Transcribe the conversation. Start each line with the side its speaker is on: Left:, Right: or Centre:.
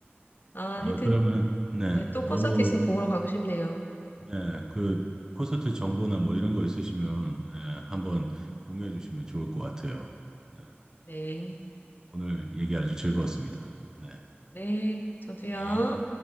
Left: 아,
Right: 아,
Left: 하여튼,
Right: 그러면, 네.
Left: 네, 또
Right: 너무,
Left: 콘서트 있으면 보러 가고 싶네요. 네.
Right: 네. 그 콘서트 정보나 뭐 이런 거 있으시면, 네, 한번 공유해 주시면 좋을 것 같아요. 네.
Left: 네.
Right: 오늘 얘기 아주 즐거웠습니다. 네.
Left: 네, 저도요.
Right: 네.